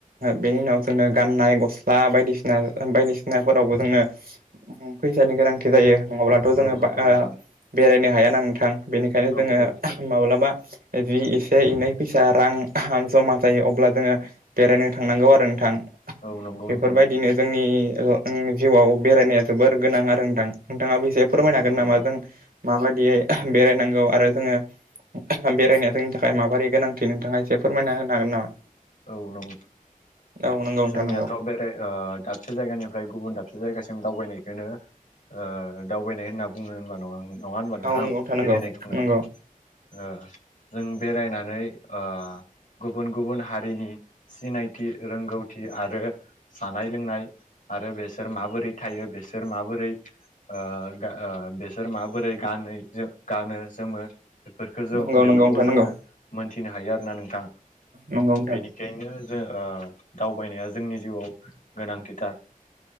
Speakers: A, on the right; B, on the left.
A: बेनि उनाव जोंनो गाननाय गस्ला बायदिसिना बायदिसिनाफोरावबो जोंङो फै फैसानि गोनांथि जायो। नङाब्लाथ'
B: औ
A: जोङो
B: नंगौ नोंथां
A: बेरायनो हायााना नोंथां बेनिखायनो
B: औ
A: जोङो
B: औ
A: माब्लाबा ए बे <unintelligible> जे एनै फैसा रां जमा जायो अब्ला जोङो बेरायनो थांनांगौ आरो नोंथां।
B: औ नंगौ नोंथां
A: बेफोरबायदिनो
B: औ
A: जोंनि जिउआव बेरायनाया जोबोर गोनां आरो ओनदो आं नोंथाङाबो एसे फोरमायनो हागोन
B: नंगौ
A: नामा
B: नोंथां
A: जों माबायदियै बेरायनांगौ आरो जोङो बेरायनाया जोंनि थाखाय ताइमा बोरै गोनांथि नोंथाङा एसे फोरमायना होनो हागोन नामा?
B: औ नंगौ
A: औ नंगौ नोंथां
B: जोंनियाथ'
A: नंगौ
B: बेराय ओ दाबसे जायगानिफ्राय गुबुन दाबसे जायगा दावबायनायखौनो ओ दावबायनाय होनना बुङो होनबा नङा नङा होनबा नोंथां
A: औ नंगौ
B: बेरायनायखौनो
A: नंगौ नंगौ
B: ओ जों बेरायनानै ओ गुबुन गुबुन हारिनि सिनायथि रोंगौथि आरो जानाय लोंनाय आरो बेसोर माबोरै थायो बेसोर माबोरै ओ बेसोर माबोरै गानो गानो जोमो बेफोरखौ जों
A: नंगौ नंगौ
B: बेफोरखौ
A: नोंथां नंगौ
B: जोङो मोनथिनो हायो आरो ना नोंथां।
A: नंगौ
B: बेनिखायनो ओ जों ओ दावबायनाया जोंनि जिउआव गोनांथिथार।